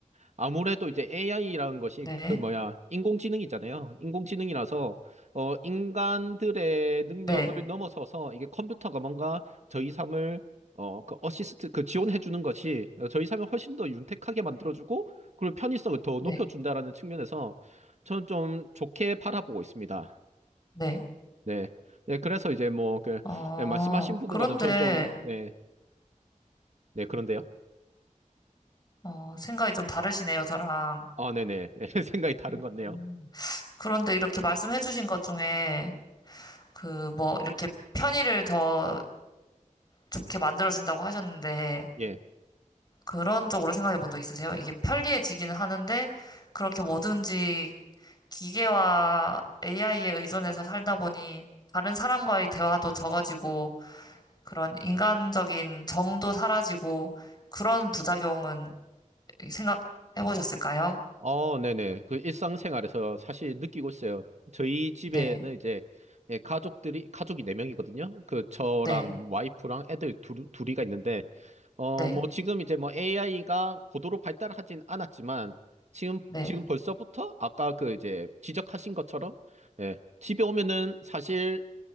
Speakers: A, on the right; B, on the left.
A: 아무래도 이제 AI라는 것이,
B: 네,
A: 그 뭐야, 인공지능이잖아요. 인공지능이라서, 어, 인간들의 능력을
B: 네,
A: 넘어서서 이게 컴퓨터가 뭔가 저희 삶을, 어, 그 어시스트, 그 지원해주는 것이 어, 저희 삶을 훨씬 더 윤택하게 만들어주고, 그리고 편의성을 더
B: 네,
A: 높여준다라는 측면에서 저는 좀 좋게 바라보고 있습니다.
B: 네.
A: 네. 네, 그래서 이제 뭐, 그,
B: 어,
A: 네, 말씀하신 부분과는
B: 그런데,
A: 전 좀, 네, 네, 그런데요.
B: 어, 생각이 좀 다르시네요, 저랑.
A: 아, 네네. <laughs> 생각이 다른
B: 음,
A: 것 같네요.
B: 그런데 이렇게 말씀해 주신 것 중에, 그, 뭐, 이렇게 편의를 더 좋게 만들어준다고 하셨는데,
A: 예.
B: 그런 쪽으로 생각해 본 적 있으세요? 이게 편리해지기는 하는데, 그렇게 뭐든지 기계와 AI에 의존해서 살다 보니, 다른 사람과의 대화도 적어지고, 그런 인간적인 정도 사라지고, 그런 부작용은 생각해 보셨을까요?
A: 어, 네네. 그 일상생활에서 사실 느끼고 있어요. 저희 집에는
B: 네,
A: 이제 예, 가족들이, 가족이 네명이거든요그 저랑
B: 네,
A: 와이프랑 애들 둘, 둘이가 있는데, 어,
B: 네,
A: 뭐 지금 이제 뭐 AI가 고도로 발달하진 않았지만, 지금,
B: 네,
A: 지금 벌써부터 아까 그 이제 지적하신 것처럼, 예, 집에 오면은 사실